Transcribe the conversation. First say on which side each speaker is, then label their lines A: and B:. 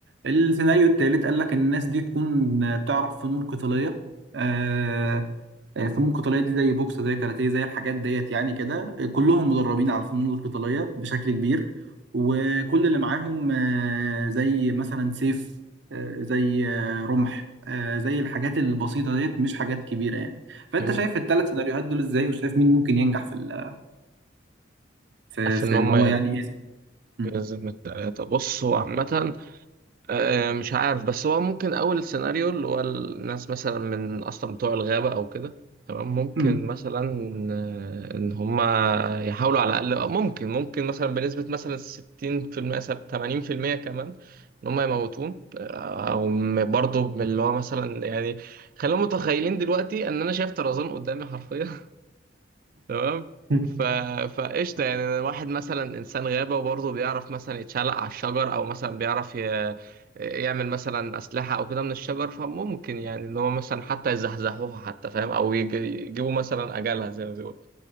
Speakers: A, on the right; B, on the right.
A: السيناريو التالت قال لك ان الناس دي تكون بتعرف فنون قتاليه آه آه، فنون قتاليه دي زي بوكس زي كاراتيه زي الحاجات ديت يعني كده كلهم مدربين على الفنون القتاليه بشكل كبير وكل اللي معاهم آه زي مثلا سيف آه زي آه رمح آه زي الحاجات البسيطه ديت مش حاجات كبيره يعني فانت
B: مم.
A: شايف الثلاث سيناريوهات دول ازاي وشايف مين ممكن ينجح في ال... في
B: عارف
A: في
B: ان هم
A: ان هو يعني ايه مم.
B: يلزم التلاتة بصوا عامة آه، مش عارف بس هو ممكن أول سيناريو اللي هو الناس مثلا من أصلا بتوع الغابة أو كده تمام ممكن
A: مم.
B: مثلا آه، إن هما يحاولوا على الأقل ممكن ممكن مثلا بنسبة مثلا 60% 80% كمان إن هما يموتون آه، أو برضه من اللي هو مثلا يعني خلينا متخيلين دلوقتي إن أنا شايف طرزان قدامي حرفيا تمام
A: مم.
B: ف... فقشطة يعني واحد مثلا إنسان غابة وبرضه بيعرف مثلا يتشعلق على الشجر أو مثلا بيعرف ي... يعمل مثلا أسلحة أو كده من الشجر فممكن يعني إن هو مثلا حتى يزحزحوها حتى فاهم أو يج... يجيبوا مثلا أجلها زي ما بيقولوا